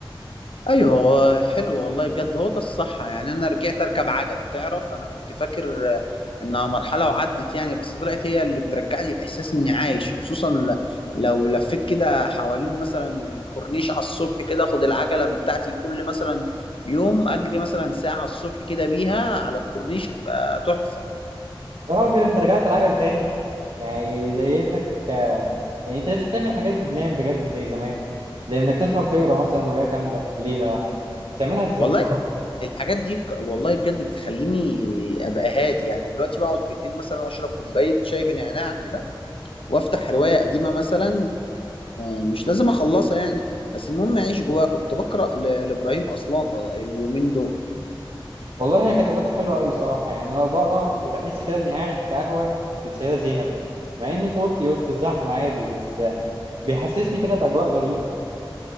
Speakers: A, on the left (about 75°); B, on the right (about 70°).
A: ايوه هو حلو والله بجد هو ده الصح يعني انا رجعت اركب عجل تعرف انا كنت فاكر آه، انها مرحله وعدت يعني بس طلعت هي اللي بترجع لي الاحساس اني عايش خصوصا ل- لو لفيت كده حوالين مثلا الكورنيش على الصبح كده اخد العجله بتاعتي كل مثلا يوم اجري مثلا ساعه الصبح كده بيها على الكورنيش هتبقى تحفه
B: يا راجل انت رجعت العجل تاني يعني زي انك يعني انت لسه بتعمل حاجات جنان بجد زي زمان زي انك تسهر تقرا مثلا روايه كامله في ليله واحده بتعملها ازاي
A: والله الحاجات دي ك- والله بجد بتخليني ابقى هادي يعني دلوقتي بقعد بالليل مثلا واشرب كوبايه شاي بنعناع كده وافتح روايه قديمه مثلا آه، مش لازم اخلصها يعني بس المهم اعيش جواها كنت بقرا ل- لابراهيم اصلان آه، اليومين دول
B: والله هي كتاباته حلوة أوي صراحة يعني أنا بقرا وبحس كده إني قاعد في قهوة في السيدة زينب مع إني في أوضتي وسط الزحمة عادي بس بيحسسني كده بأجواء غريبة